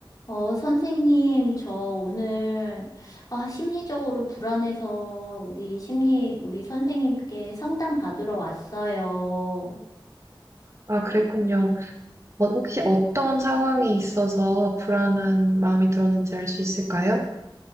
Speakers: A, on the left (about 45°); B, on the right (about 35°).
A: 어, 선생님, 저 오늘, 아, 심리적으로 불안해서 우리 심리, 우리 선생님께 상담 받으러 왔어요.
B: 아, 그랬군요.
A: 어,
B: 어, 혹시 어떤 상황이 있어서 불안한 마음이 들었는지 알 수 있을까요?